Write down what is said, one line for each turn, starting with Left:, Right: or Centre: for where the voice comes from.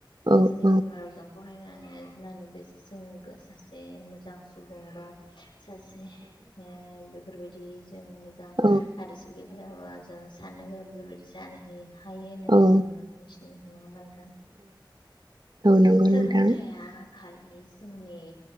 Right: औ औ
Left: जोंनि
Right: औ
Left: बिमा रावजों फरायनानै <unintelligible> जों गो सासे मो जां सुबुंबा सासे ओ बे फोरबायदि जों मोजां
Right: औ
Left: आरो <unintelligible> <unintelligible> जों साननो गोरों बेफोरबायदि जानो हो हायो होननानै
Right: औ
Left: जोङो मिथि <unintelligible> थां
Right: नंगौ
Left: सोलोंथाइया
Right: नोंथां
Left: खालि जोंनि